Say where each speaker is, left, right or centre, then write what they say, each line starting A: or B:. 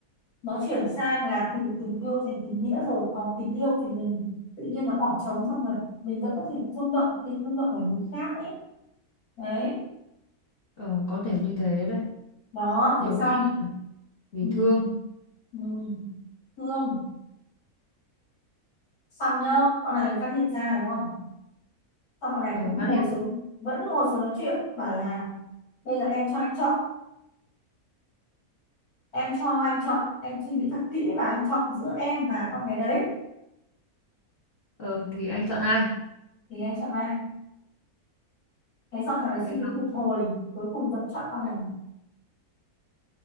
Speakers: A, on the left; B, on the left.
A: nó chuyển sang là từ tình yêu thành tình nghĩa rồi còn tình yêu thì mình tự nhiên nó bỏ trống xong rồi mình vẫn có thể rung động rung động bởi người khác ấy đấy
B: ờ có thể như thế đấy
A: đó
B: nhiều
A: thế
B: khi
A: xong
B: lại vì
A: ừ,
B: thương
A: ừ. Hương xong nhá con này phát hiện ra đúng không xong con này
B: ờ,
A: vẫn
B: phát
A: ngồi
B: hiện
A: xuống vẫn ngồi xuống nói chuyện bảo là bây giờ em cho anh chọn em cho anh chọn em suy nghĩ thật kỹ và anh chọn giữa em và con bé đấy
B: ờ thì anh chọn ai
A: thì anh chọn ai thế xong thằng này
B: thế
A: suy nghĩ
B: xong
A: một hồi cuối cùng vẫn chọn con này